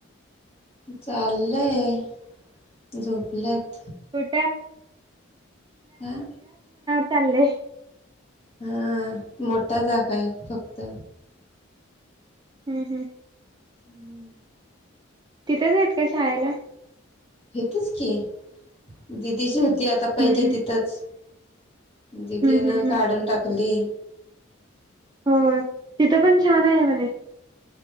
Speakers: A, on the left; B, on the right.
A: चाललंय झोपलेत.
B: <unintelligible>
A: हा
B: चाललय.
A: अ.. मोठा जागा आहे. फक्त.
B: हम्म. ह.
A: रिकामा ऑडिओ
B: तिथंच आहेत का शाळेला?
A: रिकामा ऑडिओ की दिदीची होती आता पहिली
B: हम्म हम्म
A: तिथंच.. दिदी
B: हम्म
A: न
B: हम्म हम्म
A: काढून टाकली.
B: हो तिथं पण छान आहे म्हणे.